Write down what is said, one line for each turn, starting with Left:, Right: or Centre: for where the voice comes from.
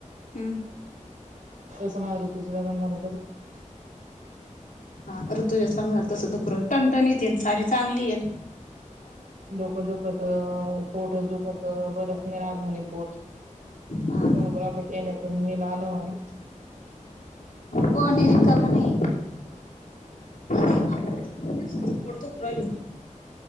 Left: हम्म
Right: तस माया ऋतूच लग्न झाल
Left: हा ऋतूजाच लग्न झालं <unintelligible> टनटणीत ये सारी चांगली याय
Right: डोक दुखत पोट दुखत बरच नाही रात म्हणे पोट सोनोग्राफी
Left: हा
Right: केले पण मी नान म्हणे
Left: को निरिकवणे <unintelligible> पोट दुखू राहील